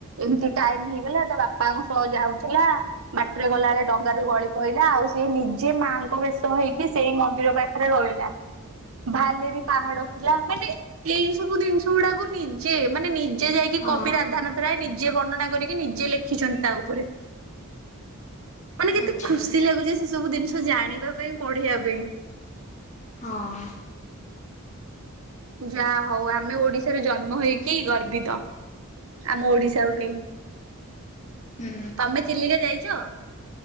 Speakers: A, on the right; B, on the left.
A: ଏମତି ଟାଇମ୍ ହେଇଗଲା, ତା ବାପାଙ୍କ ସହ ଯାଉଥିଲା। ବାଟରେ ଗଲାବେଳେ ଡଙ୍ଗା ରୁ ଗଳି ପଇଲା ଆଉ ସିଏ ନିଜେ ମାଆଙ୍କ ବେଶ ହେଇକି ସେଇ ମନ୍ଦିର ପାଖରେ ରହିଲା। ଭାଲେରି ପାହାଡ
B: ହଁ
A: ଥିଲା ସେଠି ଏଇ ସବୁ ଦିନିଷ ଗୁଡାକୁ ନିଜେ, ମାନେ ନିଜେ ଯାଇକି
B: ହଁ
A: କବି ରାଧାନାଥ ରାୟ ନିଜେ ବର୍ଣ୍ଣନା କରିକି, ନିଜେ ଲେଖ ଲେଖିଛନ୍ତି ତା ଉପରେ। ମାନେ କେତେ
B: ଆଚ୍ଛା
A: ଖୁସି ଲାଗୁଛି ଯେ, ସେସବୁ ଜିନିଷ ଜାଣିବା ପାଇଁ, ପଢିବା ପାଇଁ।
B: ହଁ।
A: ଯାହା ହଉ ଆମେ ଓଡିଶାରେ ଜନ୍ମ ହେଇକି ଗର୍ବିତ। ଆମ ଓଡିଶା ପାଇଁ।
B: ହୁଁ
A: ତମେ ଚିଲିକା ଯାଇଚ?